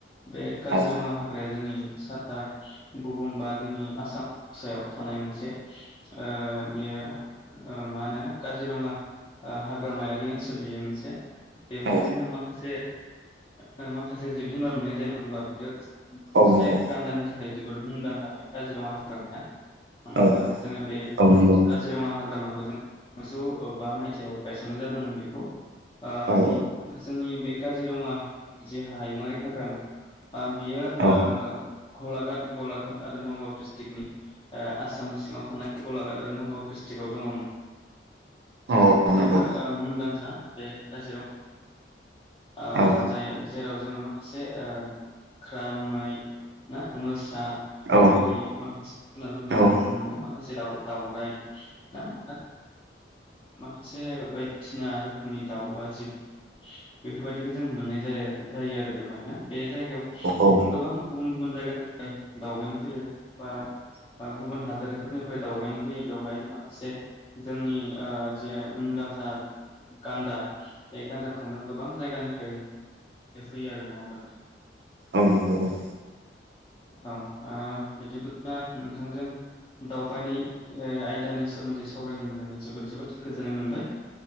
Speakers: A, on the left; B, on the right.
A: बे काजिरङा
B: औ
A: हाग्राया जोंनि सा आ बुहुम बा जोंनि आसाम सायाव थानाय मोनसे ओ बियो ओ माहोनो काजिरङा ओ हाग्रामायारि ओनसोल बेयो मोनसे बेवहाय
B: औ
A: जोङो माखासे ओ माखासे जिब -जुनार मोननाय जायो नङाबा <unintelligible> थसे
B: औ नंगौ
A: गान्दानि थाखाय जोबोद मुंदांखा बे काजिरंङा हाग्रामाया नंङा
B: औ
A: होमबा जोंङो बे
B: औ नंगौ
A: काजिरंङा हाग्रामा खौ जों ज ओ बा मायथाइयाव गायसननाय जादोंमोन बेखौ ओ
B: औ
A: बि जोंनि बेग काजिरंङा जे हायुङारि हाग्रामा आ बियो
B: औ
A: ओ घलागाट गलाघाट आरो नगाव डिस्ट्रिक्टनि ओ आस सामनि सिंङाव थानाय गलाघाट आरो न गाव डिस्ट्रिक्टआव दङ' नों
B: औ नंगौ
A: जोबोर
B: औ
A: ओ मुंदांखा <unintelligible> ओ
B: औ
A: जाय जेराव जोंङो माखासे ओ ख्रा मै ना मोसा बेफोरबायदि
B: औ
A: माखासे जुनारफोरखौ
B: नंगौ
A: जों नुनो मोनो माखासे दाव दावराइ <unintelligible> ओ माखासे बायदिसिना रोखोमनि दाउ बा जिब बेफोरबायदिखौ जों मोननाय जा जायो आरो बेवहाय ना बे जायगायाव
B: औ
A: गोबां गुबन गुबुन जायगानि दावबायनो फैयो बा आ गुबुन हादरफोरनिफ्राय दावबायनो फैयो बेवहाय माखासे जोंनि ओ जे मुंदांखा गान्दा बे गान्दाखौनो गोबां जायगानिफ्राय <unintelligible> फैयो आरो नंङा होमबा नोंथां
B: औ नंगौ औ
A: औ आ बिदिब्ला नोंथांजों दावबायनाय ओ आयदानि सोमोन्दै सावरायनो मोननानै जोबोद जोबोद गोजोननाय मोनबाय